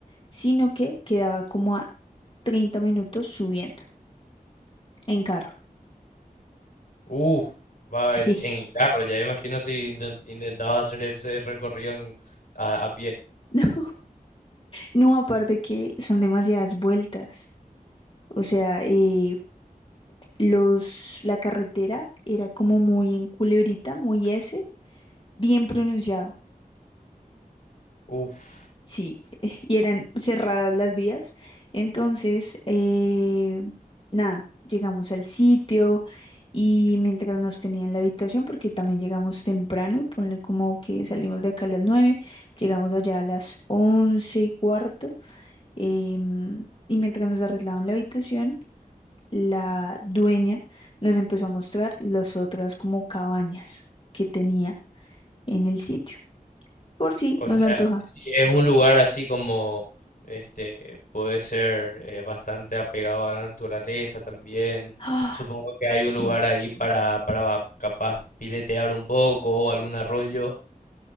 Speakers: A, on the left; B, on the left.
A: sino que quedaba como a 30 minutos subiendo en carro.
B: Uf, va
A: <laughs>
B: en en
A: Sí.
B: carro, ya imagino si inten- intentabas hacer ese recorrido en- a, a pie.
A: No, no, aparte que son demasiadas vueltas. O sea, eh, los, la carretera era como muy en culebrita, muy S, bien pronunciado.
B: Uf,
A: Sí, <laughs> eh, y eran cerradas las vías. Entonces, eh, nada, llegamos al sitio y mientras nos tenían en la habitación, porque también llegamos temprano, ponle como que salimos de acá a las nueve, llegamos allá a las once y cuarto, em, y mientras nos arreglaban la habitación, la dueña nos empezó a mostrar las otras como cabañas que tenía en el sitio, por si
B: O
A: nos
B: sea,
A: antoja.
B: sí, es un lugar así como, este, puede ser eh, bastante apegado a la naturaleza también.
A: <gasps>
B: Supongo
A: Ah,
B: que hay un
A: sí.
B: lugar ahí para, para va- capaz piletear un poco o algún arroyo.